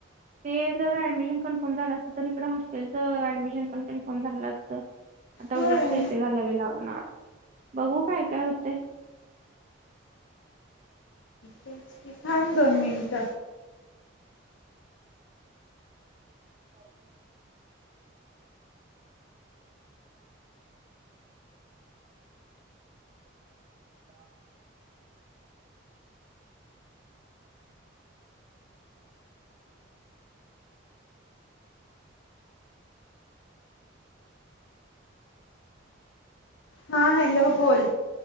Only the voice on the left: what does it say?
होय
ते च, की दोन मिंट
हा, हॅलो! बोल,